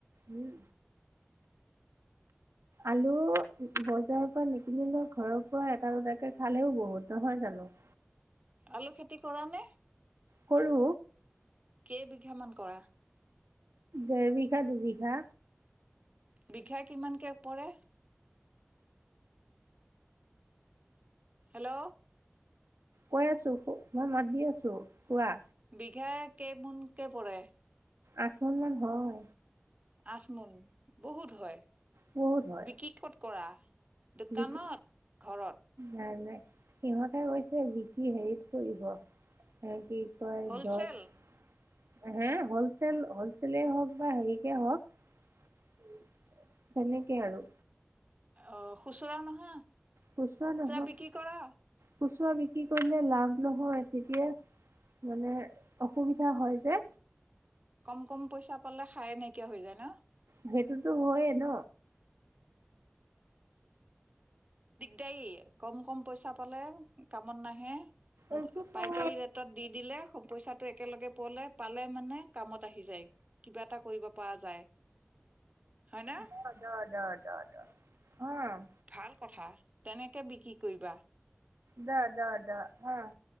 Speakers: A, on the right; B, on the right.
A: উম আলু বজাৰৰ পৰা নিকিনিলেও ঘৰৰ পৰা এটা-দুটাকে খালেও বহুত, নহয় জানো?
B: আলু খেতি কৰা নে?
A: সৰু
B: কেই বিঘা মান কৰা?
A: দেৰ বিঘা, দুই বিঘা।
B: বিঘা কিমানকে পৰে? হেল্ল'।
A: কৈ আছো, মই মাত দি আছো, কোৱা।
B: বিঘা কেইমোনকে পৰে?
A: আঠল মান হয়।
B: আচমোন বহুত হয়
A: বহুত হয়
B: বিক্ৰীত কৰা। দোকানত
A: বিকি
B: ঘৰত।
A: নাই নাই সিহঁতে কৈছে বিকি হেৰিত পঢ়িব এ কি ছয়
B: হলচেল
A: দহ হা হলচেল, হলচলেই হওক বা হেৰিকে হওক তেনেকে আৰু।
B: অ খুচুৰা নহয়।
A: খুচুৰা নহয়
B: বিক্ৰী কৰা
A: খুচুৰা বিক্ৰী কৰিলে লাভ নহয় তেতিয়া। মানে অসুবিধা হয় যে।
B: কম, কম পইচা পালে খাই নাইকিয়া হৈ যায় না?
A: সেইটোতো হয় ন।
B: দিগদাৰী, কম, কম পইচা পালে কামত নাহে।
A: এইটো
B: পাইকাৰী ৰেটত দি দিলে, পইচাটো একেলগে পোৱলে, পালে মানে কামত আহি যায়, কিবা এটা কৰিব পৰা যায়। হয় ন
A: দ, দ, দ, দ, দ, অ,।
B: ভাল কথা তেনেকে বিক্ৰী কৰিবা।
A: দ-দ-দ-স।